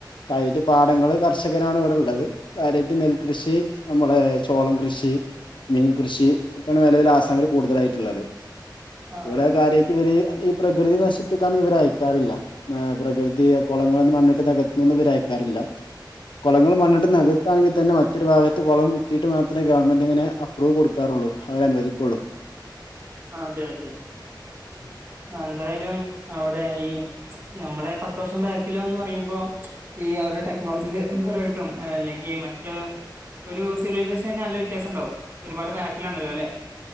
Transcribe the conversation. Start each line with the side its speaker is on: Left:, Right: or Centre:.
Left: കാര്യമായിട്ട് പാടങ്ങൾ കർഷകരാണ് ഇവിടെ ഇള്ളത് കാര്യമാ നെൽകൃഷി നമ്മള് സോളം കൃഷി മീൻ കൃഷിയൊക്കെയാണ് നിലവിൽ ആസാമില് കൂടുതലായിട്ടുള്ളത്
Right: ആ
Left: ഇവിടെ
Right: ആ ആ
Left: കാര്യയിട്ട് ഇവര് ഈ പ്രകൃതിയെ നശിപ്പിക്കാൻ ഇവർ അയക്കാറില്ല പ്രകൃതി കുളങ്ങളൊന്നും മണ്ണിട്ട് നികത്തുന്നതൊന്നും ഇവര് അയക്കാറില്ല കുളങ്ങൾ മണ്ണിട്ട് നികത്തണെങ്കിത് തന്നെ മറ്റൊരു ഭാഗത്ത് കൊളം കുത്തീട്ട് മാത്രേ ഗവൺമെന്റ് അങ്ങനെ അപ്പ്രൂവ് കൊടുക്കാറുള്ളൂ അവര് അനുവദിക്കുള്ളൂ
Right: അതെ അതെ
Left: ഉം
Right: ആ ന്തായാലും അവിടെ ഈ നമ്മളെ പത്ത് വർഷം ബാക്കിലോന്ന് പറയുമ്പോ ഈ അവിടെ ടെക്നോളജി പരായിട്ടും അല്ലെങ്കി മറ്റ ഒരു സിവിലൈസേഷൻ നല്ല വ്യത്യാസണ്ടാവും ഒരുപാട് ബാക്കിലാണല്ലൊ ലെ